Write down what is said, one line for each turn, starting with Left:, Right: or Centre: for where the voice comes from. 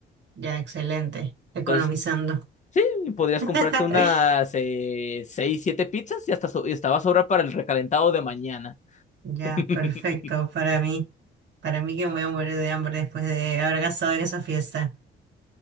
Right: ya, excelente. Economizando.
Left: Entonces, sí, podrías
Right: <laughs>
Left: comprarte unas eh, 6 7 pizzas y hasta, so- y hasta va a sobrar para el recalentado de mañana.
Right: Ya,
Left: <laughs>
Right: perfecto para mí. Para mí que me voy a morir de hambre después de haber gastado en esa fiesta.